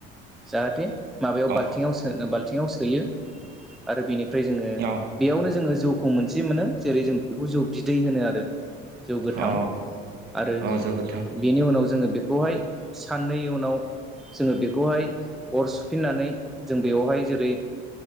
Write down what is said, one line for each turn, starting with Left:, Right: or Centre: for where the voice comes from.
Centre: जाहाथे माबायाव
Right: अ
Centre: बाल बालथिंआव सोयो आरो बेनि जोङो
Right: अ
Centre: बेयावनो जोङो जौ खौ मोनसे मोनो जेरै जों बेखौ जौ बिदै होनो आरो। जौ गोथां
Right: अ
Centre: आरो
Right: अ जोबोद थां
Centre: बेनि उनाव जोङो बेखौ बेखौहाय साननै उनाव जोङो बेखौहाय अर सुफिननानै जों बेयावहाय जेरै